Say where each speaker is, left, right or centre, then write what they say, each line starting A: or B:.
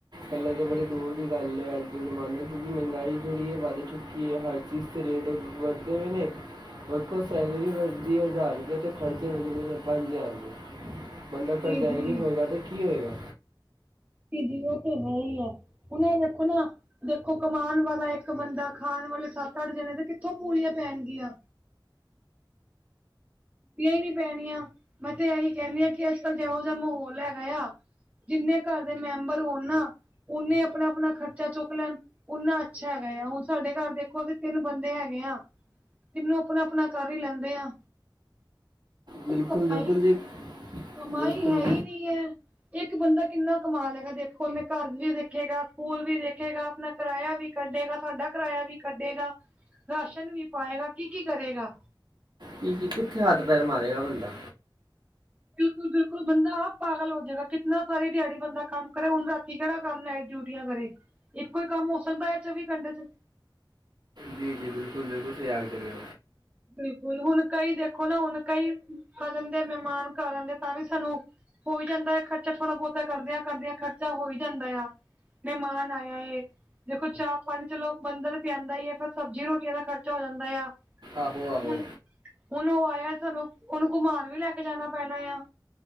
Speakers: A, on the right; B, on the right.
A: ਹਲੇ ਤੇ ਬੜੀ ਦੂਰ ਦੀ ਗੱਲ ਏ ਅੱਜ ਦੇ ਜ਼ਮਾਨੇ, ਕਿਉਕਿ ਮਹਿੰਗਾਈ ਜਿਹੜੀ ਏ ਵੱਧ ਚੁੱਕ ਹਰ ਚੀਜ਼ ਦੇ ਰੇਟ ਵੱਧਦੇ ਪਏ ਨੇ, ਵੇਖੋਂ ਸੈਲਰੀ ਵੱਧਦੀ ਹਜ਼ਾਰ ਰੁਪਏ ਤੱਕ। ਖ਼ਰਚੇ ਬੰਦੇ ਦੇ ਪੰਜ ਹਜ਼ਾਰ ਰੁਪਏ, ਬੰਦਾਂ
B: ਜੀ
A: ਕਰਜ਼ਾਈ
B: ਜੀ
A: ਨੀ ਹੋਏਗਾ ਤੇ ਕੀ ਹੋਏਗਾ।
B: ਜੀ ਉਹ ਤੇ ਹੈ ਈ ਆ, ਹੁਣ ਇਹ ਵੇਖੋ ਨਾ। ਦੇਖੋ ਕਮਾਉਣ ਵਾਲਾਂ ਇੱਕ ਬੰਦਾਂ ਖ਼ਾਣ ਵਾਲੇ ਸੱਤ, ਅੱਠ ਜਣੇ ਤੇ ਕਿੱਥੋਂ ਪੂਰੀਆਂ ਪੈਣਗੀਆਂ। ਪੂਰੀਆ ਹੀ ਨੀਂ ਪੈਣੀਆਂ, ਮੈਂ ਤੇ ਇਹੀ ਕਹਿੰਦੀ ਆ ਕਿ ਅੱਜ ਕੱਲ ਜੈਹੋ ਜਾ ਮਾਹੌਲ ਹੈਗਾ ਆ। ਜਿੰਨੇ ਘਰ ਦੇ ਮੈਂਬਰ ਹੋਣ ਨਾ, ਓਨੇ ਆਪਣਾਂ- ਆਪਣਾਂ ਖ਼ਰਚਾ ਚੁੱਕ ਲੈਣ। ਓਨਾ ਅੱਛਾ ਹੈਗਾ ਆ, ਹੁਣ ਸਾਡੇ ਘਰ ਦੇਖੋ ਅਸੀਂ ਤਿੰਨ ਬੰਦੇ ਹੈਗੇ ਆ। ਤਿਨੋਂ ਆਪਣਾਂ-ਆਪਣਾਂ ਕਰ ਈ ਲੈਂਦੇ ਆਂ। ਕੋਈ
A: ਬਿਲਕੁਲ
B: ਕਮਾਈ-
A: ਬਿਲਕੁਲ ਜੀ
B: ਕਮਾਈ
A: ਬਿਲਕੁਲ
B: ਹੈ ਈ ਨੀ ਆ। ਇੱਕ ਬੰਦਾਂ ਕਿੰਨਾਂ ਕਮਾਂ ਲੇ ਗਾ, ਦੇਖੋ ਉਹਨੇ ਘਰ ਵੀ ਵੇਖੇਗਾ ਸਕੂਲ ਵੀ ਵੇਖੇਗਾ ਆਪਣਾਂ ਕਿਰਾਇਆ ਵੀ ਕੱਢੇਗਾ, ਸਾਡਾ ਕਿਰਾਇਆ ਵੀ ਕੱਢੇਗਾ, ਰਾਸ਼ਨ ਵੀ ਪਾਏਂਗਾ ਕੀ- ਕੀ ਕਰੇਂਗਾ।
A: ਕੀ- ਕੀ ਕਿੱਥੇ ਹੱਥ ਪੈਰ ਮਾਰੇਗਾ ਬੰਦਾ
B: ਬਿਲਕੁੱਲ ਬਿਲਕੁੱਲ ਬੰਦਾ ਆਪ ਪਾਗਲ ਹੋ ਜਾਏਗਾ ਕਿਤਨਾ ਸਾਰੀ ਦਿਹਾੜੀ ਬੰਦਾ ਕੰਮ ਕਰੇ ਹੁਣ ਰਾਤੀ ਕਿਹੜਾ ਕੰਮ ਨਾਈਟ ਡਿਊਟ ਛੁੱਟੀਆਂ ਕਰੇ, ਇੱਕੋ ਕੰਮ ਹੋ ਸਕਦਾ ਹੈ ਚੌਵੀ ਘੰਟੇ 'ਚ
A: ਜੀ -ਜੀ ਬਿਲਕੁੱਲ- ਬਿਲਕੁੱਲ ਸਹੀ ਤਿਆਗ ਦੇਵੇ
B: ਬਿਲਕੁੱਲ ਹੁਣ ਕਈ ਦੇਖੋ ਨਾ, ਹੁਣ ਕਈ ਕਜ਼ਨ ਦੇ ਮਹਿਮਾਨ ਘਰ ਆਉਂਦੇ ਤਾਂ ਵੀ ਸਾਨੂੰ ਹੋਈ ਜਾਂਦਾ ਖਰਚਾ ਥੋਣਾ ਬਹੁਤਾ ਕਰਦਿਆਂ ਕਰਦਿਆਂ ਖਰਚਾ ਹੋਈ ਜਾਂਦਾ ਆ ਮਹਿਮਾਨ ਆਇਆ ਇਹ ਦੇਖੋ ਚਾਹ ਪਾਣੀ ਚਲੋ ਬੰਦਾ ਪਿਆਂਦਾ ਏ ਫੇਰ ਸਬਜ਼ੀ ਰੋਟੀਆਂ ਦਾ ਖਰਚਾ ਹੋ ਜਾਂਦਾ ਆ
A: ਆਹੋ ਆਹੋ
B: ਹੁਣ, ਹੁਣ ਉਹ ਆਇਆ ਸਾਨੂੰ ਉਹਨੂੰ ਘੁਮਾਨ ਵੀ ਲੈ ਕੇ ਜਾਣਾ ਪੈਣਾ ਆ